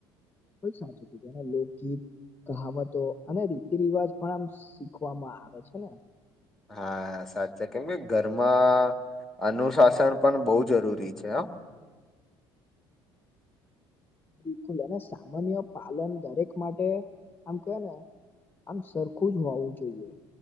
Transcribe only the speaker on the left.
ખૂબ જ જ સાચું તેના લોકગીત કહાવતો અને રીતિ રિવાજ પણ આમ શીખવામાં આવે છે ને
<unintelligible> બિલકુલ અને સામાન્ય પાલન દરેક માટે આમ કે ને આમ સરખું જ હોવું જોઈએ